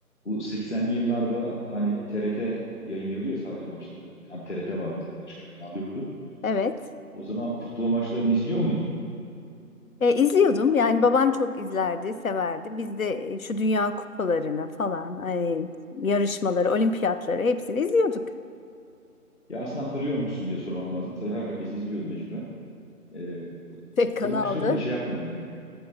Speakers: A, on the left; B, on the left.
A: Bu 80'li yıllarda hani TRT yayınlıyordu ya sadece maçları. Yani TRT vardı. Başka kanal yoktu.
B: Evet.
A: O zaman futbol maçlarını izliyor muydun?
B: E, izliyordum. Yani babam çok izlerdi, severdi. Biz de e, şu dünya kupalarını falan, ay, yarışmaları, olimpiyatları hepsini izliyorduk. <laughs>
A: Ya aslında hatırlıyor musun diye sormam lazım. Tabii herkes izliyordu mecburen. Ee,
B: Tek
A: futbol
B: kanaldı.
A: maçlarında şey aklıma geldi.